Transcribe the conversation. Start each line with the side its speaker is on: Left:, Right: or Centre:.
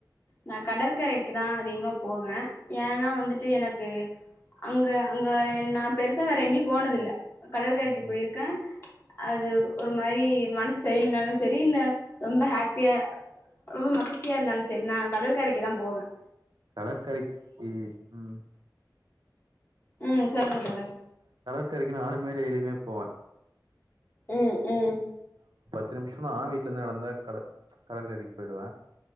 Left: நான் கடற்கரைக்கு தான் அதிகமா போவேன் ஏன்னா வந்துட்டு எனக்கு அங்க அங்க என் நான் பெருசா வேற எங்கையும் போனதில கடற்கரைக்கு
Right: ம்.
Left: போயிருக்கன் அது ஒரு மாரி மனசு சரியில்லனாலும் சரி இல்ல ரொம்ப ஹேப்பியா ரொம்ப மகிழ்ச்சியா இருந்தாலும் செரி நான் கடற்கரைக்கு தான் போவன்
Right: கடற்கரைக்கு போய் உம்
Left: உம் சொல்லுங்க தோழர்
Right: கரைக்கு நானுமே டெய்லியுமே போவன்
Left: உம் உம்
Right: பத்து நிமிஷம் தான் வீட்ல இருந்து நடந்த கட கடற்கரைக்கு போயிடுவேன்